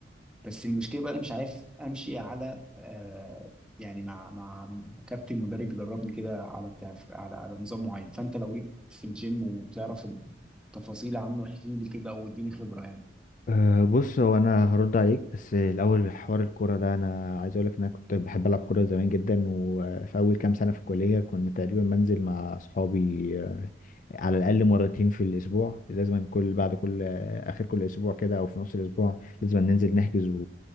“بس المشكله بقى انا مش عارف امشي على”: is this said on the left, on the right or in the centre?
Centre